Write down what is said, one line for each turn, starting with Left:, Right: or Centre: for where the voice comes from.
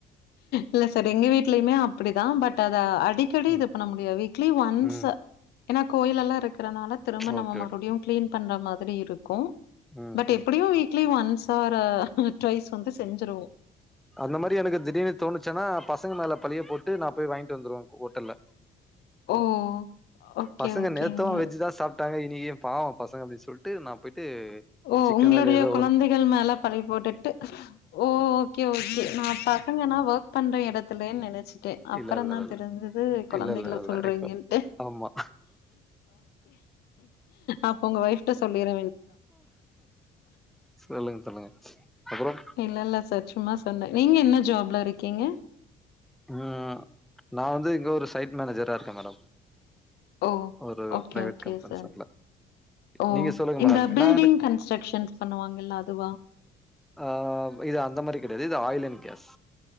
Left: இல்ல சார் எங்க வீட்லயுமே அப்டிதா பட் அத அடிக் கடி
Centre: ம்,
Left: இது பண்ணமுடியா வீக்லி ஒன்ஸ்
Centre: ம்.
Left: ஏன்னா கோயிலல்லா இருக்கறனால திரும்ப
Centre: ஓகே,
Left: நம்ம
Centre: ஓகே.
Left: மறூடியு கிளீன் பண்ற மாதிரி இருக்கூ
Centre: ம்
Left: பட்
Centre: ம்
Left: எப்டியு week weekly once or twice வந்து செஞ்சிருவோ
Centre: அந்த மாரி எனக்கு திடீர்னு தோணுச்சுன்னா பசங்க மேல பழிய போட்டு நா போய் வாங்கிட்டு வந்துருவ ஹோட்டல்ல
Left: ஓ! ஓகே,
Centre: பசங்க
Left: ஓகேங்க.
Centre: நேத்து வெஜ்சுதா சாப் டாங்க இனிக்கு பாவோ பசங்க அப்டி சொல் ட்டு நா போயிட்டு
Left: ஓ!
Centre: சிக்கனோ
Left: உங்களுடைய
Centre: எதோ
Left: குழந்தைகள்
Centre: ஒன்னு
Left: மேல பழி போட்டுட்டு ஓ! ஓகே ஓகே நா பசங்கன்னா ஒர்க் பண்ற இடத்துலன்னு நெனச்சுட்டே அப்புற
Centre: இல்ல இல்ல
Left: தா
Centre: இல்ல
Left: தெரிஞ்சது குழந்தைகள
Centre: இல்ல இல்ல இல்ல
Left: சொல்றீங்கன்ட்டு
Centre: இப்போ ஆமா
Left: அப்ப உங்க ஒய்ஃப்ட சொல்லிர
Centre: சொல்லுங்க சொல்லுங்க அப்றோ
Left: இல்ல இல்ல சார் சும்மா சொன்ன நீங்க என்ன ஜாப்ல இருக்கீங்க
Centre: ம் நா வந்து இங்க ஒரு சைட் மேனேஜரா இருக்க மேடம்
Left: ஓ
Centre: ஒரு
Left: ஓகே
Centre: பிரைவேட்
Left: ஓகே
Centre: கம்பென்சன்ல
Left: சார் ஓ
Centre: நீங்க சொல்லுங்க
Left: இந்த
Centre: மேடம்
Left: பில்டிங்
Centre: நா
Left: கன்ஸ்ட்ரக்ஷன்ஸ் பண்ணுவாங்கல்ல அதுவா
Centre: ஆ இது அந்த மாரி கிடையாது இது ஆயில் அண்ட் கேஸ்